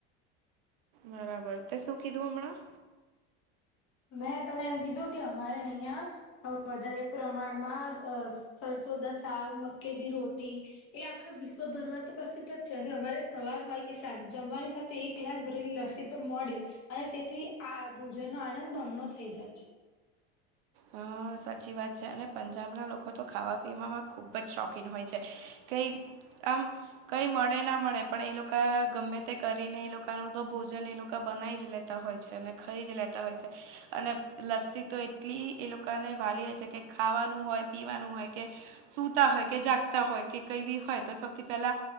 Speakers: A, on the right; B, on the left.
A: બરાબર તે શું કીધું હમણાં?
B: મેં તને એમ કીધું કે અમારે અહિયાં અ વધારે પ્રમાણમાં અ સરસોદા શાક મકેદી રોટી એ આખા વિશ્વભરમાં તો પ્રસિદ્ધ જ છે, અને અમારે સવાર હોય કે સાજ જમવાની સાથે એક ગ્લાસ ભરેલી લલસી તો મળે અને તેથી આ ભોજનનો આનંદ બમણો થઈ જાય છે.
A: હા સાચી વાત છે, અને પંજાબના લોકો તો ખાવા પીવામાં ખૂબ જ શોખીન હોય છે. કઈ આમ કઈ મળે ના મળે પણ એ લોકા ગમે તે કરીને એ લોકા ન તો ભોજન એ લોકા બનાઈ જ લે તા હોય છે, અને ખઈ જ લેતા હોય છે, અને લસ્સી તો એટલી એ લોકોને વાલીએ છે, કે ખાવાનું હોય પીવાનું હોય કે સુતા હોય કે જાગતા હોય કે કઈ બી હોય તો સૌથી પેલા